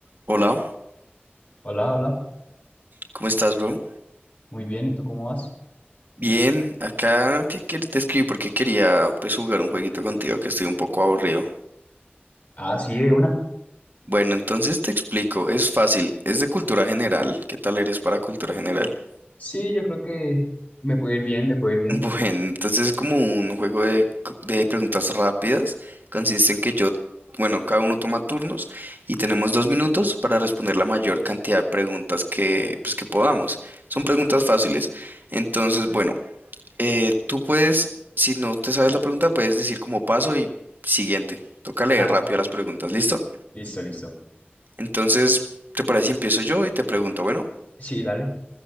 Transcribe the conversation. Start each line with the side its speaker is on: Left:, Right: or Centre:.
Right: Hola,
Left: Hola, hola.
Right: ¿cómo estás, bro?
Left: Muy bien, ¿y tú cómo vas?
Right: Bien, acá que quer- te escribí porque quería pues jugar un jueguito contigo que estoy un poco aburrido.
Left: Ah, sí, de una.
Right: Bueno, entonces te explico, es fácil, es de cultura general. ¿Qué tal eres para cultura general? <laughs>
Left: Sí, yo creo que me puede ir bien, me puede ir bien.
Right: Bueno, entonces es como un juego de, c- de preguntas rápidas. Consiste en que yo, bueno, cada uno toma turnos y tenemos dos minutos para responder la mayor cantidad de preguntas que, pues, que podamos. Son preguntas fáciles. Entonces, bueno, Eh, tú puedes, si no te sabes la pregunta, puedes decir como paso y siguiente. Toca leer
Left: Ah,
Right: rápido
Left: listo.
Right: las preguntas, ¿listo?
Left: Listo, listo.
Right: Entonces, ¿te parece si empiezo yo y te pregunto? Bueno,
Left: Sí, dale.